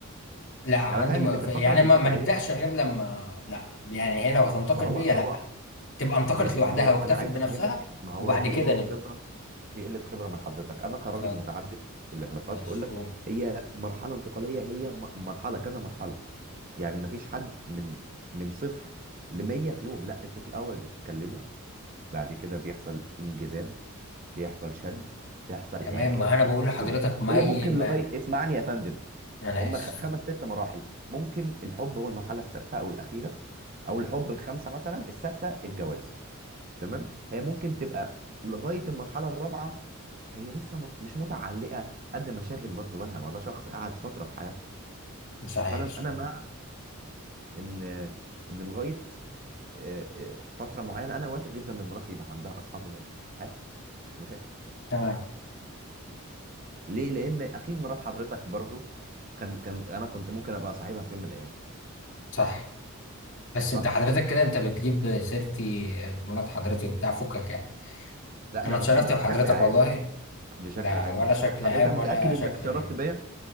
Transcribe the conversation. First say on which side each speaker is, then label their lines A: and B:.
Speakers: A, on the left (about 60°); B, on the right (about 40°).
A: لا عندي
B: أنا فاهم
A: م...
B: إن في الفترة
A: يعني
B: الانتقالية
A: ما, ما نبدأش غير لما لا يعني هي لو هتنتقل
B: ما هو
A: بيا
B: ما
A: لا
B: هو
A: تبقى انتقلت
B: ماشي
A: لوحدها
B: ما هو
A: واكتفت
B: أنا عايز
A: بنفسها
B: أفهمك ما هو
A: وبعد
B: دي
A: كده
B: قلة
A: نبدأ
B: خبرة دي قلة خبرة من حضرتك أنا كراجل
A: اتفضل
B: متعدد العلاقات
A: ماشي
B: بقول لك
A: أوه.
B: هي مرحلة انتقالية هي م- مرحلة كذا مرحلة يعني ما فيش حد من من صفر ل 100 في يوم لا انتوا في الأول بتتكلموا بعد كده بيحصل انجذاب بيحصل شد بيحصل
A: تمام
B: اعجاب
A: ما أنا
B: بيحصل
A: بقول لحضرتك
B: حب
A: ما,
B: هي
A: ي...
B: ممكن
A: ما...
B: لغايه اسمعني يا فندم
A: أنا
B: هم
A: آسف
B: خ- خمس ست مراحل ممكن الحب هو المرحله السادسه او الاخيره او الحب الخامسه مثلا السادسه الجواز تمام هي ممكن تبقى لغايه المرحله الرابعه هي لسه مت... مش متعلقه قد مشاغل برضه بالها ما ده شخص قعد فتره في حياتها
A: صحيح
B: فانا
A: صحيح
B: انا مع ان ان لغايه آه، آه، فتره معينه انا وافق جدا ان مراتي يبقى عندها اصحاب ولاد عادي مش مشاكل
A: تمام
B: ليه لان اكيد مرات حضرتك برضو كان كان انا كنت ممكن ابقى صاحبها في يوم من الايام
A: صح بس انت
B: صح
A: حضرتك كده انت بتجيب سيرتي مرات حضرتي وبتاع فكك يعني
B: لا
A: انا
B: انا
A: اتشرفت
B: بك... بشكل
A: بحضرتك
B: عام
A: والله
B: بشكل
A: لا
B: عام
A: ولا شكل
B: حضرتك
A: عام
B: متاكد
A: ولا شكل
B: <laughs> انك اتشرفت
A: غيري
B: بيا